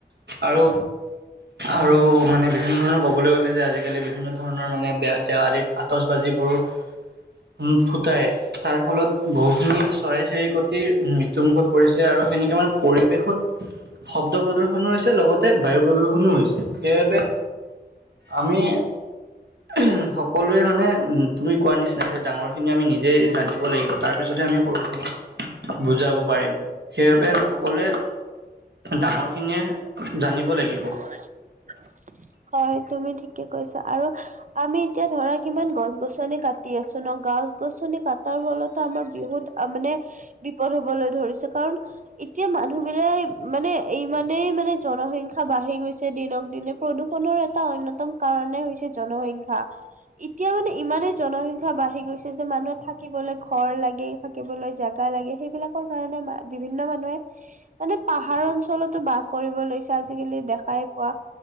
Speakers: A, on the right; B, on the right.
A: আৰু আৰু মানে বিভিন্ন ধৰণৰ ক'বলৈ গ'লে যে আজিকালি বিভিন্ন ধৰণৰ মানে বেয়া দেৱ আদিত আতচবাজিবোৰ উ ফুটাই তাৰ ফলত বহুখিনি চৰাই চিৰিইকটিৰ মৃত্যুমুখত পৰিছে আৰু আৰু সেনেকৈ মই পৰিৱেশত শব্দ প্ৰদূ্ষনো হৈছে লগতে বায়ু প্ৰদূ্ষনো হৈছে সেইবাবে আমি উম সকলো মানে মান উ তুমি কোৱাৰ নিচিনা ডাঙৰ খিনি আমি নিজে জানিব লাগিব তাৰ পিছতহে আমি সৰুখিনি বুজাব পাৰিম সেইবাবে আমি সকলোৱে ডাঙৰ খিনিয়ে জানিব লাগি
B: <unintelligible> হয় তুমি ঠিকে কৈছা আৰু আমি এতিয়া ধৰা কিমান গছ গছনি কাটি আছো ন' গছ গছনি কাটাৰ ফলতে আমাৰ বিহুত মানে বিপদ হবলৈ ধৰিছে কাৰণ এতিয়া মানুহবিলাক মানে ইমানেই মানে জনসংখ্যা বাঢ়ি গৈছে দিনক দিনে প্ৰদূষণৰ এটা অন্যতম কাৰণে হৈছে জনসংখ্যা, এতিয়া মানে ইমানেই জনসংখ্যা বাঢ়ি গৈছে যে মানুহে থাকিবলৈ ঘৰ লাগে, থাকিবলৈ জোগা লাগে সেইবিলাকৰ কাৰণে বিভিন্ন মানুহে, মানে পাহাৰ অঞ্চলতো বাস কৰিব লৈছে আজিকালি দেখাই পোৱা।